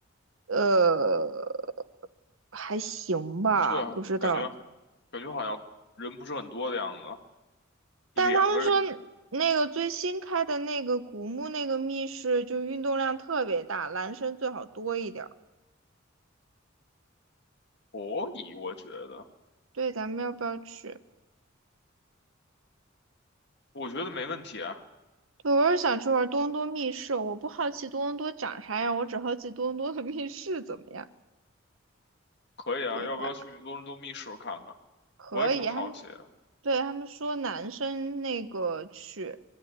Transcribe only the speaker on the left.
对啊，
感觉感觉好像人不是很多的样子啊。
两个人，
可以，我觉得，
我觉得没问题啊，
可以啊，
要不要去多伦多密室看看？
我也挺好奇的。